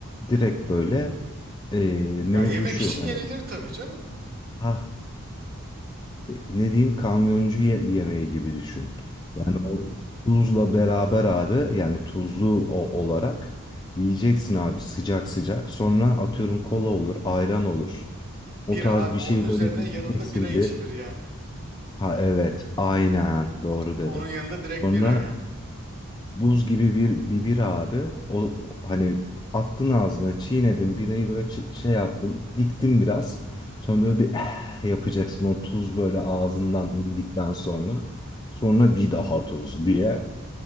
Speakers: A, on the left; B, on the right.
A: direkt böyle e, mevzu
B: Ya yemek
A: şu
B: için
A: hani
B: yenilir tabii canım.
A: ha ne diyeyim kamyoncu ye- yemeği gibi düşün. Yani o tuzla beraber abi yani tuzlu o- olarak yiyeceksin abi sıcak sıcak. Sonra atıyorum kola olur, ayran olur.
B: Bira
A: O tarz
B: abi
A: bir
B: onun
A: şey
B: üzerine
A: böyle dikeceksin
B: yanında bira içilir
A: bir.
B: yani.
A: Ha evet aynen doğru dedin.
B: Onun yanında direkt
A: Sonra
B: bira yani.
A: Buz gibi bir, bir abi. O hani attın ağzına, çiğnedin birayı böyle çi- şey yaptın, diktin biraz. Sonra böyle bir "Eh" yapacaksın o tuz böyle ağzından indikten sonra. Sonra bir daha tuz diye.